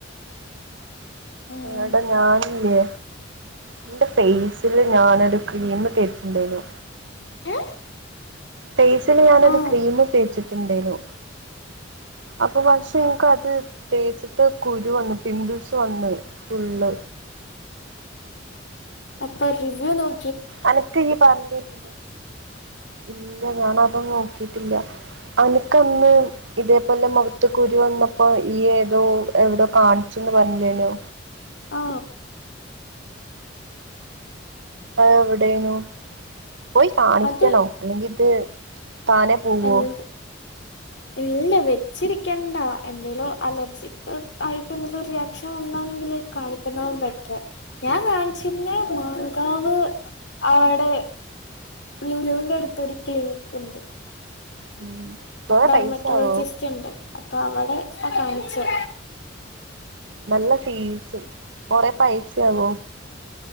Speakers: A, on the left; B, on the right.
A: ഉം,
B: എടാ ഞാനില്ലേ ന്റെ ഫെയ്സില് ഞാനൊരു ക്രീം തേച്ചിട്ട്ണ്ടേരുന്നു
A: ഏ
B: ഫേസില് ഞാനൊരു
A: ആ
B: ക്രീം തേച്ചിട്ട് ണ്ടെനു അപ്പൊ പക്ഷെ ഇൻക്കത് തേച്ചിട്ട് കുരു വന്നു പിംമ്പിൾസ് വന്നു ഫുള്ള്
A: അപ്പോ റിവ്യൂ നോ-
B: അനക്ക് ഈ പറഞ്ഞത് ഇപ്പ നോക്കിട്ടില്ല അനക്ക് അന്ന് ഇതേപോലെ മൊഖത്ത് കുരു വന്നപ്പോ ഈ ഏതോ എവിടോ കാണിചെന്ന് പറഞ്ഞില്ലേനോ
A: ആ
B: ആ എവിടെനു പോയി കാണിക്കണോ
A: അത്
B: അല്ലെങ്കിത്- താനെ പോവോ
A: എന്ത് ഇല്ല വെച്ചിരിക്കണ്ട എന്തേലും അലർജിക്ക് ആയിട്ട് എന്തെലും റിയാക്ഷൻ വന്നാണെങ്കില് കാണിക്കുന്നതാവും ബെറ്റർ ഞാൻ കാണിച്ചിരുന്ന മാങ്കാവ് അവടെ ലുലുന്റെടുത്തൊരു ക്ലിനിക്കുണ്ട്
B: ഉം. കൊറേ
A: ഡെർമറ്റോളജിസ്റ്റ്ണ്ട്
B: പൈസ ആവോ
A: അപ്പൊ അവിടെ ആ കാണിച്ചോ
B: നല്ല ഫീസ് കൊറെ പൈസയാവോ